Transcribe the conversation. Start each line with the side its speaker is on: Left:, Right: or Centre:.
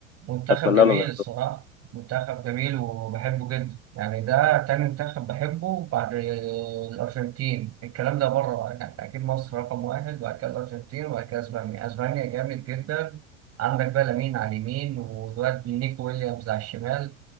Right: منتخب
Left: فاتمنى
Right: جميل
Left: لهم ياخدوه
Right: الصراحة منتخب جميل وبحبه جدا يعني ده تاني منتخب بحبه بعد الأرجنتين الكلام ده بره يعني أكيد مصر رقم واحد وبعد كده الأرجنتين وبعد كده أسبانيا أسبانيا جامد جدا عندك بقى لامين على اليمين والواد نيكو ويليامز على الشمال